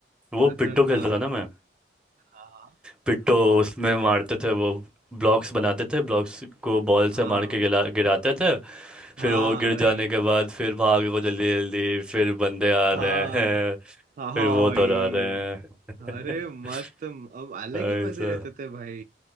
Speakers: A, in the centre; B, on the right (about 45°).
A: वो
B: खतरनाक
A: पिट्टो खेलता था ना मैं
B: हाँ
A: पिट्टो उसमें मारते थे वो ब्लॉक्स बनाते थे ब्लॉक्स को बॉल
B: हाँ
A: से मार के गिरा गिराते थे
B: हाँ
A: फिर वो गिर
B: भाई
A: जाने के बाद फिर भागो जल्दी जल्दी फिर बंदे आ
B: हाँ
A: रहे हैं
B: हाँ हाँ
A: फिर वो
B: भाई
A: दौड़ा रहे हैं
B: अरे मस्त अब
A: <laughs>
B: अलग
A: ऐसा
B: ही मजे रहते थे भाई